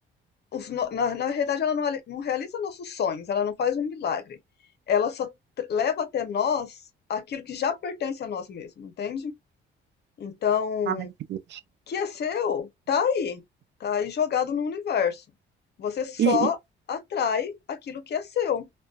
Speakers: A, on the left (about 55°); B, on the right (about 60°).
A: os, no- na, na realidade, ela não, ali- não realiza nossos sonhos, ela não faz um milagre. Ela só tr- leva até nós aquilo que já pertence a nós mesmos, entende? Então,
B: Ai, entendi.
A: que é seu, tá aí, tá aí jogado no universo. Você só
B: E, e-
A: atrai aquilo que é seu,